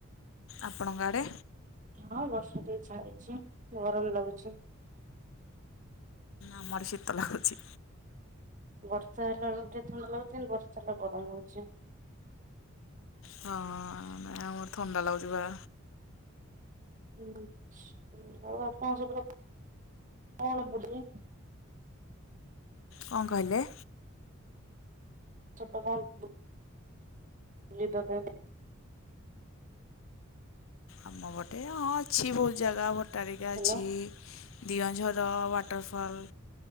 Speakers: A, on the left; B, on the right.
A: ଆପଣଙ୍କ ଆଡେ?
B: ହଁ ବର୍ଷା ଟିକେ ଛାଡିଛି ଗରମ ଲାଗୁଛି।
A: ଆମଆଡେ ଶୀତ ଲାଗୁଛି।
B: ବର୍ଷା ହେଲା ବେଳକୁ ଟିକେ ଥଣ୍ଡା ଲାଗୁଛି ବର୍ଷା ନହେଲେ ଗରମ ହଉଛି।
A: ହଁ ନାଇଁ ଆମର ଥଣ୍ଡା ଲାଗୁଛି ବା।
B: <unintelligible>
A: କଣ କହିଲେ?
B: ଛୋଟ ବଲ୍। <unintelligible>
A: ଆମ ବଟେ ହଁ ଅଛି ବହୁତ ଜାଗା ବଟାରିକା
B: ଭଲ
A: ଅଛି। ଦିଅଁଝର ୱାଟରଫଲ୍